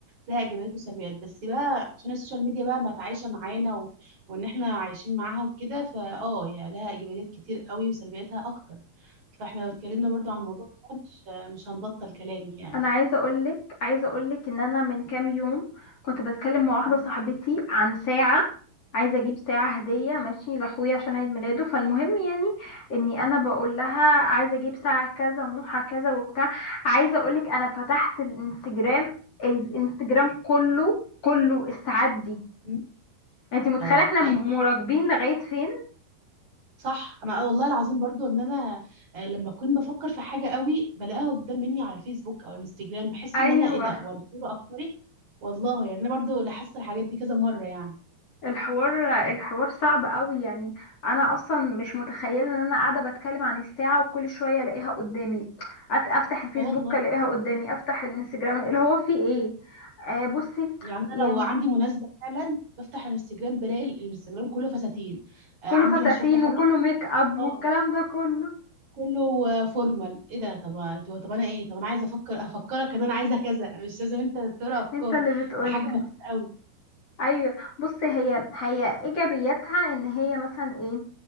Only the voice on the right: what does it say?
لها ايجابيات وسلبيات بس بقى عشان السوشيال ميديا بقى بقت عايشه معانا و... وان احنا عايشين معاها وكده فاه هي لها ايجابيات كتير قوي وسلبياتها اكتر فاحنا لو اتكلمنا برضو عن الموضوع ده مش مش هنبطل كلام يعني
م-
م-
اه
يعني
انت
صح انا آه والله العظيم برضو ان انا آه، لما اكون بفكر في حاجه قوي بلاقيها قدام مني على الفيسبوك او الانستجرام بحس
ان انا ايه ده وانا افكاري والله يعني انا برضو لاحظت الحاجات دي كذا مره يعني
اه والله
يعني انا
لو عندي مناسبه فعلا بفتح الانستجرام بلاقي الانستجرام كله فساتين آه عندي
مشروع تخرج
اه
كله آه، فورمال ايه ده طب انتوا طب انا ايه طب انا عايزه افكر افكرك ان انا عايزه كذا مش لازم انت تقرا افكاري
ده حاجه مخيفه قوي